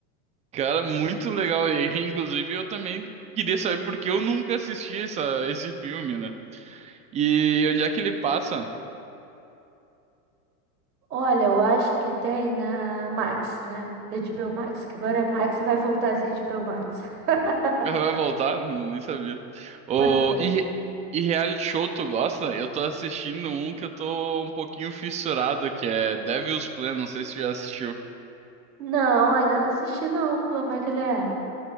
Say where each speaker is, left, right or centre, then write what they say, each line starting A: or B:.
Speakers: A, on the right (about 15°); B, on the right (about 85°).
A: cara, muito legal. E, inclusive, eu também queria saber porque eu nunca assisti essa, esse filme, né? E onde é que ele passa?
B: Olha, eu acho que tem na Max, né? HBO Max, que agora é Max e vai voltar a ser H B o Max. <laughs>
A: Vai voltar? Nem sabia. O,
B: Pois é.
A: e, re- e reality show, tu gosta? Eu tô assistindo um que eu tô um pouquinho fissurado, que é Devil's Plan, não sei se tu já assistiu.
B: Não, ainda não assisti não. Como é que ele é?